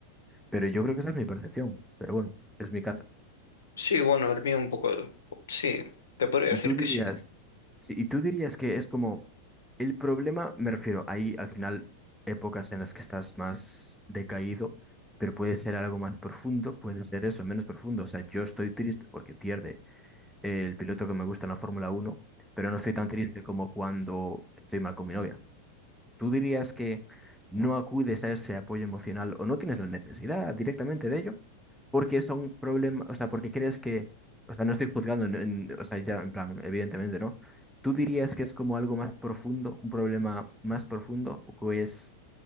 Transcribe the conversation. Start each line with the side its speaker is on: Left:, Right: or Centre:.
Centre: pero yo creo que esa es mi percepción. Pero bueno, es mi caso.
Left: Sí, bueno, el mío un poco... Sí, te podría
Centre: Y
Left: decir
Centre: tú dirías,
Left: que sí.
Centre: sí, y tú dirías que es como el problema, me refiero, hay al final épocas en las que estás más decaído, pero puede ser algo más profundo, puede ser eso, menos profundo. O sea, yo estoy triste porque pierde el piloto que me gusta en la Fórmula Uno pero no estoy tan triste como cuando estoy mal con mi novia. ¿Tú dirías que no acudes a ese apoyo emocional o no tienes la necesidad directamente de ello? Porque son problemas, o sea, porque crees que, o sea, no estoy juzgando, en- en- o sea, ya en plan, evidentemente, ¿no? ¿Tú dirías que es como algo más profundo, un problema más profundo, o que es,